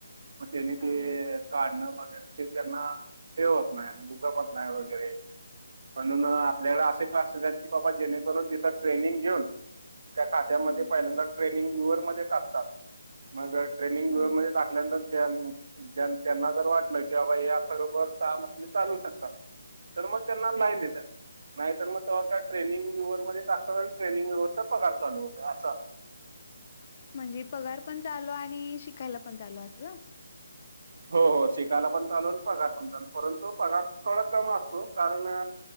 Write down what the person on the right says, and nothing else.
<inaudible> मग त्यांनी
ते
काढणं वगैरे ते त्यांना हे होत नाही जमत नाही वगैरे. म्हणून आपल्याला असे क्लासेस की बाबा जेणेकरून तिथ ट्रेनिंग घेऊन त्या खात्यामध्ये
पहिल्यांदा ट्रेनिंग व्यर मध्ये टाकतात मग ट्रेनिंग
व्यर म नंतर त्यांना, त्यांना जर वाटलं की बाबा या खरोखर सहा महिने चालू शकतात. तर मग त्यांना लाईन देत. नाही तर मग तेव्हा त्या ट्रनंग व्यू्हर मध्ये टाक आणि ट्रेनिंग व्य्हरचा प्रकार चालू होत असं असतं
हो हो शिकायला पण चालू पगार पण चालू परंतु पगार थोडा कम असतो कारण